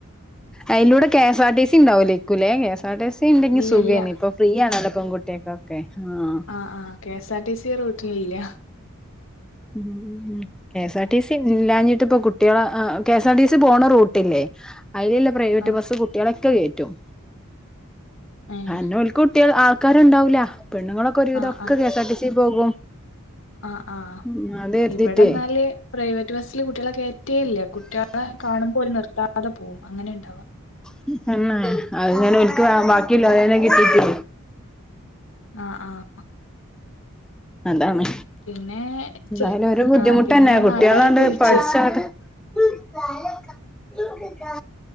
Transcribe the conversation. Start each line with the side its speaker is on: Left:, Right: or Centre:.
Centre: അയ്ലൂടെ K S R T C ഇണ്ടാവൂലെയ്ക്കൂലേ K S R T C ഇണ്ടെങ്കി
Left: ഇല്ല
Centre: സുഖയ്ന്
Left: ഇല്ല
Centre: ഇപ്പൊ ഫ്രീ ആണല്ലോ പെൺകുട്ടിയാക്കൊക്കെ ആഹ്
Left: ആഹ് ആഹ് K S R T C ഈ റൂട്ടിലില്ല.
Centre: ഉം ഉം K S R T C ഇല്ലാഞ്ഞിട്ട് പ്പ കുട്ട്യാള അ K S R T C പോണ റൂട്ടില്ലേ അയ്ലില്ല പ്രൈവറ്റ്
Left: ആഹ്
Centre: ബസ്സ് കുട്ട്യാളൊക്കെ കേറ്റും
Left: ഏഹ്
Centre: അയ‌ന്നെ ഓൽക്ക് കുട്ട്യാ ആൾക്കാര്ണ്ടാവൂല പെണ്ണുങ്ങളൊക്കെ ഒരുവിധം
Left: ആഹ്
Centre: ഒക്കെ K S R T C പോകും.
Left: ആ ആഹ്
Centre: ഉം അത് കരുതിട്ടേ
Left: ഇവടെന്നാല് പ്രൈവറ്റ് ബസ്സില് കുട്ട്യാളെ കേറ്റേല്ല കുട്ട്യാളെ കാണുമ്പോ ഓല് നിർത്താതെ പോകും അങ്ങനെണ്ടാവ
Centre: മ്മ് തന്നെ അത്ങ്ങനെ ഓൽക്ക് ബാക്കിള്ളോലെന്നെ
Left: ആ
Centre: കിട്ടീറ്റെ
Left: ആഹ് ആഹ്
Centre: അതാണ്
Left: പിന്നെ
Centre: ന്തായാലും
Left: ചെ
Centre: ഒരു ബുദ്ധിമുട്ടെന്നെ
Left: ആ പിന്നെ
Centre: കുട്ടിയാളാണ്ട്
Left: നാട്ടാരൊക്കെ വിളിച്ച്
Centre: പഠിച്ചങ്ങണ്ട് ഇ കാല എ കാ